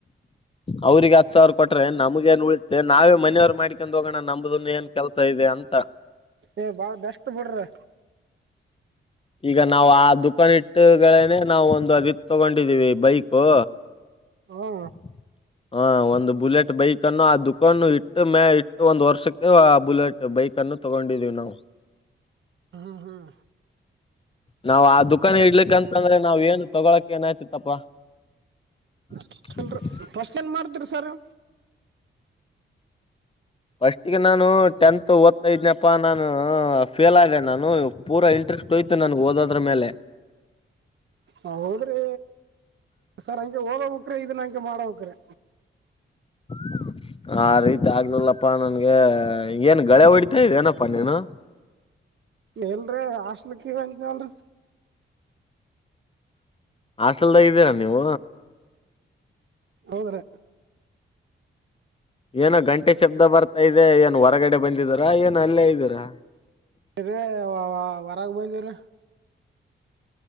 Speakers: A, on the left (about 25°); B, on the right (about 65°).
A: <inaudible> ಅವ್ರಿಗೆ ಹತ್ ಸಾವಿರ ಕೊಟ್ರೆ ನಮಗ ಏನ್ ಉಳಿತೆ ನಾವೇ ಮನೆರ್ ಮಾಡ್ಕೊಂಡ್ ಹೋಗೋಣ ನಮ್ದುನು ಏನ್ ಕೆಲಸ ಇದೆ ಅಂತ. ಹ
B: ಏ ಬಾಳ ಬೆಷ್ಟ ಬಿಡ್ರಿ.
A: ಈಗ ನಾವು ಆ ದುಖಾನ್ ಇಟ್ಟುಗಳೇನೆ ನಾವು ಒಂದು ಅದು ಈದ್ ತಗೊಂಡಿದೀವಿ ಬೈಕು.
B: ಹ್ಞೂ
A: <inaudible> ಹ ಒಂದು ಬುಲೆಟ್ ಬೈಕ್ ಅನ್ನು ಆ ದುಕಾನ್ ಇಟ್ಟ ಮೇ ಇಟ್ಟು ಒಂದ್ ವರ್ಷಕ್ಕ ಆ ಬುಲೆಟ್. ಬೈಕನ್ನು ತಗೊಂಡಿದ್ದೀವಿ ನಾವು.
B: ಹಾಂ ಹಾಂ
A: ನಾವ್ ಆ ದುಖಾನಿ ಇಡ್ಲಿಕ್ಕಂತಂದ್ರೆ ನಾವ್ ಏನು ತಗೊಳಕ್ ಏನಾಯ್ತಿತ್ತಪ್ಪ. <inaudible>
B: ಹ ಪಷ್ಟ್ ಏನ್ ಮಾಡ್ತಿರ್ರಿ ಸರು?
A: ಫಸ್ಟ್ ಗೆ ನಾನು ಟೆಂತ್ ಓದ್ತಾ ಇದನಪ್ಪಾ ನಾನು ಫೇಲ್ ಆದೆ ನಾನು ಪೂರ ಇಂಟ್ ಷ್ಟೋಯ್ತು ನನುಗ್ ಓದೋದ್ರು ಮೇಲೆ.
B: ಆ ಹೌದ್ರಿ ಸರ್ ಹಂಗೆ ಓದಬೇಕ್ರಿ ಇದುನ್ ಹಂಗೆ ಮಾಡಬೇಕ್ರಿ.
A: <inaudible> ಆ ರೀತಿ ಆಗ್ಲಿಲ್ಲಪ್ಪ ನನ್ಗೆ ಏನ್ ಗಳ್ಯ ಹೊಡಿತಾ ಇದೇ ಏನಪ್ಪಾ ನೀನು. <inaudible>
B: ಎಲ್ರಿ ಹಾಸ್ಟ್ಲಿಕ್ ಇಲ್ಲಾಂತಲ್ರಿ
A: ಹಾಸ್ಟಾಲ್ದಾಗ ಇದ್ದೀರಾ ನೀವು?
B: ಹೌದ್ರ.
A: ಏನೋ ಗಂಟೆ ಶಬ್ದ ಬರ್ತಾ ಇದೆ. ಏನ್ ಹೊರಗಡೆ ಬಂದಿದಿರಾ ಏನ್ ಅಲ್ಲೇ ಇದ್ದೀರಾ?
B: ಇದ್ರೆ ವೊ ವೊ ಹೊರಾಗ ಬಂದಿವ್ರಿ.